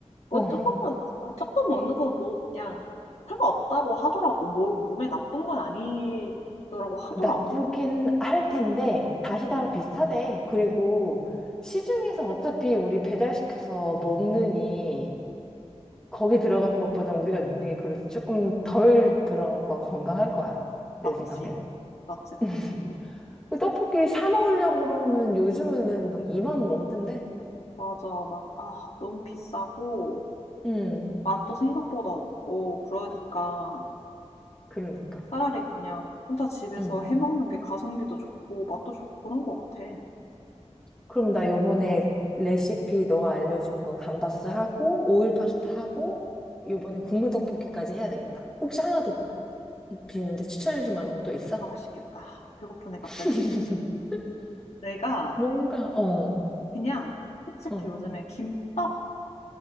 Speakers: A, on the left; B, in the centre.
A: 뭐
B: 어.
A: 조금만 어, 조금 먹는 건 뭐 그냥 상관없다고 하더라고. 뭐 몸에 나쁜 건 아니더라고 하더라고.
B: 나쁘긴 할 텐데 다시다랑
A: 음.
B: 비슷하대. 그리고
A: 음.
B: 시중에서 어차피 우리 배달시켜서 먹느니 거기 들어가는 것보다 우리가 넣는 게 그래도 조금 덜 들어가고 건강할 거야. 내
A: 맞지.
B: 생각에는.
A: 맞지, 맞지.
B: <laughs> 그 떡볶이 사 먹으려고 하면 요즘에는 막 2만 원 넘던데?
A: 맞아. 막, 아, 너무 비싸고,
B: 음,
A: 맛도 생각보다 없고, 그러니까
B: 그러니까.
A: 차라리 그냥 혼자 집에서
B: 음.
A: 해 먹는 게 가성비도 좋고, 맛도 좋고, 그런 것 같아.
B: 그럼 나 요번에 레시피 너가 알려준 거 감바스 하고, 오일 파스타 하고, 요번에 국물 떡볶이까지 해야 되겠다. 혹시 하나 더 비는데 추천해줄 만한 거 또 있어?
A: 맛있겠다. 배고프네, 갑자기.
B: <laughs>
A: 내가
B: 뭔가, 어,
A: 그냥 솔직히
B: 어.
A: 요즘에 김밥